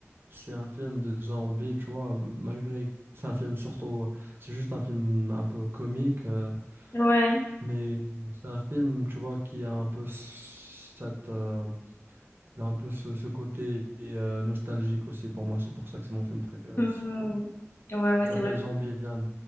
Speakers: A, on the right (about 45°); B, on the left (about 50°).
A: c'est un film de Zombie, tu vois, malgré que c'est un film surtout, c'est juste un film un peu comique, euh,
B: Ouais.
A: mais c'est un film, tu vois, qui a un peu cette, euh, il a un peu ce, ce côté euh, nostalgique aussi pour moi, c'est pour ça que c'est mon film préféré
B: Mhm.
A: surtout.
B: Ouais, ouais,
A: Ça
B: c'est
A: s'appelle
B: vrai.
A: Zombieland,